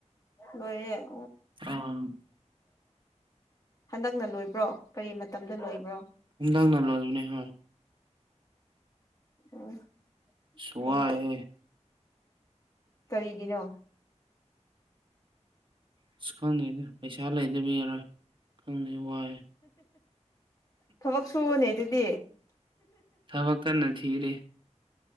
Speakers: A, on the left (about 30°); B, on the right (about 45°).
A: ꯂꯣꯏꯔꯦ
B: ꯑꯥ
A: ꯍꯟꯗꯛꯅ ꯂꯣꯏꯕ꯭ꯔꯣ ꯀꯔꯤ ꯃꯇꯝꯗ ꯂꯣꯏꯕ꯭ꯔꯣ
B: ꯅꯪꯅ ꯂꯣꯏꯕꯅꯦ ꯍꯣꯏ
A: ꯎꯝ
B: ꯏꯁ
A: ꯐꯩꯅꯦ
B: ꯋꯥꯏꯍꯦ
A: ꯀꯔꯤꯒꯤꯅꯣ
B: ꯑꯁ ꯈꯪꯗꯦꯗ ꯄꯩꯁꯥ ꯂꯩꯇꯕꯩꯔ ꯈꯪꯗꯦ ꯋꯥꯏ
A: ꯊꯕꯛ ꯁꯨꯋꯣꯅꯦ ꯑꯗꯨꯗꯤ
B: ꯊꯕꯛ ꯀꯟꯅ ꯊꯤꯔꯤ